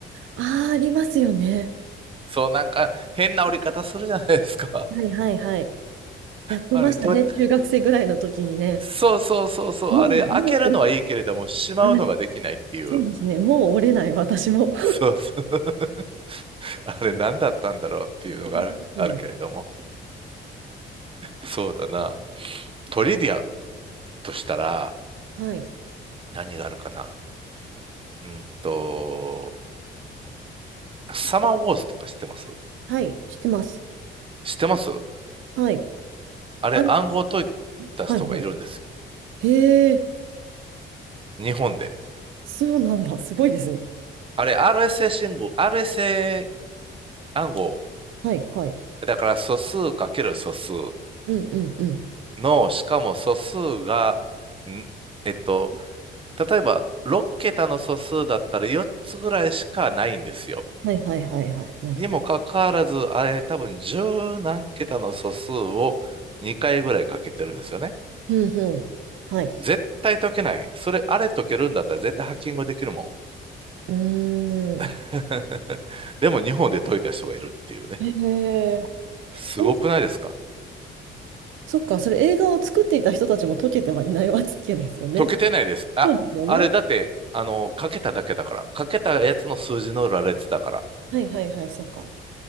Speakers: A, on the right (about 80°); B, on the right (about 25°).
A: ああ、ありますよね。
B: そう、なんか、変な折り方するじゃないですか。
A: はいはいはい。やってましたね。
B: あれ、どうやって
A: 中学生ぐらいの時にね。
B: そうそうそうそう。
A: もう、
B: あれ、開けるのはいいけれども、
A: もう折
B: しまうのができないっていう。
A: れ、はいそうですね。もう折れない、私も。
B: そうそう。<laughs> あれ、何だったんだろうっていうのがある、
A: <laughs> ですね。
B: あるけれども。そうだな。トリビアとしたら、
A: はい。
B: 何があるかな。うんと、サマーウォーズとか知ってます
A: はい。知ってます。
B: 知ってます
A: はい。
B: あれ暗号解い
A: あ、
B: た人がいるんですよ。
A: はいはい。へえ、
B: 日本で。
A: そうなんだ。すごいですね。
B: あれ RSA 信号、RSA 暗号。
A: はいはい。
B: だから素数かける素数
A: うんうんうん。
B: の、しかも素数が、んえっと、例えば6桁の素数だったら4つぐらいしかないんですよ。
A: はいはいはいはい。なるほど。
B: にもかかわらず、あれ多分10何桁の素数を2回ぐらいかけてるんですよね。
A: うんうん。はい。
B: 絶対解けない。それ、あれ解けるんだったら絶対ハッキングできるもん。
A: う
B: <laughs>
A: ーん。
B: でも日本で解いた人がいるっていうね。
A: へえ。
B: すごくないですか
A: おそっか、それ映画を作っていた人たちも解けてはいないわけですよね。
B: 解けてないです。あ、
A: そうですよね。
B: あれだって、あの、かけただけだから。かけたやつの数字の羅列だから。
A: はいはいはい、そうか。